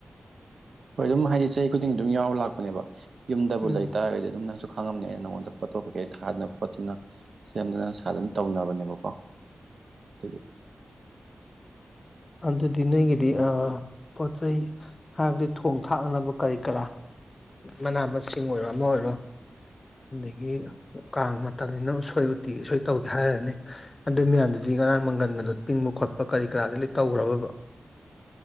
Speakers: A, on the right; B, on the left.
A: ꯍꯣꯏ ꯑꯗꯨꯝ ꯍꯥꯏꯗꯤ ꯆꯍꯤ ꯈꯨꯗꯤꯡꯒꯤ ꯑꯗꯨꯝ ꯌꯥꯎꯔ ꯂꯥꯛꯄꯅꯦꯕ ꯌꯨꯝꯗꯕꯨ
B: ꯎꯝ
A: ꯂꯩꯇꯥꯥꯔꯒꯗꯤ ꯑꯗꯨꯝ ꯅꯪ ꯈꯪꯉꯝꯅꯦ ꯑꯩꯅ ꯅꯪꯉꯣꯟꯗ ꯐꯣꯇꯣ ꯀꯩꯀꯩ ꯊꯥꯗꯅ ꯈꯣꯠꯇꯅ ꯁꯦꯝꯗꯅ ꯏꯁꯥ ꯑꯗꯨꯝ ꯇꯧꯅꯕꯅꯦꯕꯀꯣ ꯊꯒꯤꯦ
B: ꯑꯗꯨꯗꯤ ꯅꯣꯏꯒꯤꯗꯤ ꯄꯣꯠ ꯆꯩ ꯍꯥꯏꯕꯗꯤ ꯊꯣꯡ ꯊꯥꯛꯅꯅꯕ ꯀꯔꯤ ꯀꯔꯥ ꯃꯅꯥ ꯃꯁꯤꯡ ꯑꯣꯏꯔꯣ ꯑꯃ ꯑꯣꯏꯔꯣ ꯑꯗꯒꯤ ꯀꯥꯡ ꯃꯇꯝꯅꯤꯅ ꯎꯁꯣꯏ ꯎꯇꯤ ꯁꯣꯏ ꯇꯧꯒꯦ ꯍꯥꯏꯔꯅꯤ ꯑꯗꯨ ꯃꯌꯥꯝꯗꯨꯗꯤ ꯉꯔꯥꯡ ꯃꯪꯒꯟꯒꯗꯣ ꯇꯤꯡꯕ ꯈꯣꯠꯄ ꯀꯔꯤ ꯀꯔꯥꯗꯤ ꯂꯣꯏ ꯇꯧꯒꯔꯕꯕ